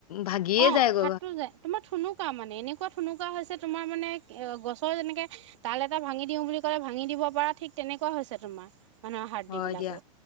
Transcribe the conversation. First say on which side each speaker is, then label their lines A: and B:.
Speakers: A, on the left; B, on the right.
A: ভাগিয়ে
B: অ
A: যায় গ
B: হাতটো তোমাৰ থুনুকা মানে এনেকোৱা থুনুকা হৈছে তোমাৰ মানে গছৰ যেনেকে তাল এটা ভাঙি দিও বুলি কলে ভাঙি দিব পাৰা ঠিক তেনেকুৱা হৈছে তোমাৰ মানুহৰ হাৰ্ডি
A: হয়
B: বিলাকো।
A: দিয়া